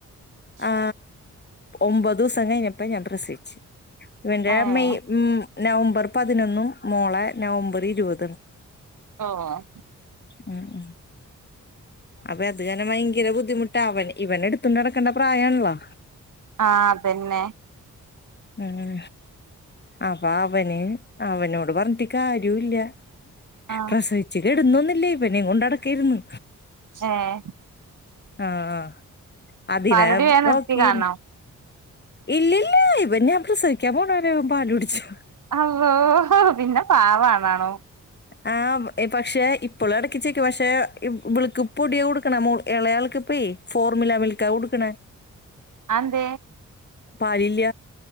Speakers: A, on the right (about 70°); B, on the left (about 30°).
A: <inaudible>
B: ആ ഒമ്പത് ദിവസം കഴിഞ്ഞപ്പ ഞാൻ പ്രസവിച്ചു ഇവന്റെ
A: ഏഹ്
B: മെയ് ഉം നവംബർ പതിനൊന്നും മോളെ നവംബർ ഇരുപതും
A: ഓഹ്
B: ഉം ഉം അപ്പൊ അത് കാരണം ഭയങ്കര ബുദ്ധിമുട്ട് അവൻ ഇവനെ എടുത്തു നടക്കേണ്ട പ്രായണല്ലോ.
A: ആഹ് അതന്നെ
B: ഉം അപ്പൊ അവന് അവനോട് പറഞ്ഞിട്ട് കാര്യവും ഇല്ല
A: ആഹ്
B: പ്രസവിച്ച് കിടുന്നൊന്നില്ലേ ഇവനെ കൊണ്ട് നടക്കായിരുന്നു.
A: ഹേയ്
B: ആഹ് ആ അതിനെ
A: പാലുടി വേം നിർത്തി
B: നോക്കിനി
A: കാണണം
B: ഇല്ലില്ല ഇവന് ഞാൻ പ്രസവിക്കാൻ പോണ വരെ പാല് കുടിച്ചു.
A: അള്ളോ പിന്നെ പാവാണാണു
B: ആഹ് പക്ഷെ ഇപ്പോളും ഇടക്കിച്ചേക്കും പക്ഷെ ഇബളുക്ക് പൊടിയാ കൊടുക്കണ ഇളയാൾക്ക് ഇപ്പേ ഫോർമിലാ മിൽക്കാ കൊടുക്കണേ.
A: അഹ എന്തേ?
B: പാലില്ല.